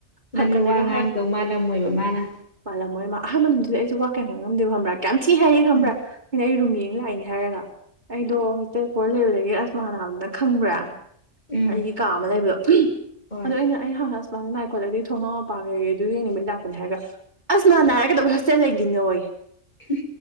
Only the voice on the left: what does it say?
ꯅꯪꯗꯤ
ꯋꯥ ꯉꯥꯡꯗꯧ ꯃꯥꯜꯂꯝꯃꯣꯏꯕ ꯃꯥꯅ
ꯎꯝ
ꯎꯝ
ꯍꯣꯏ
ꯎꯝ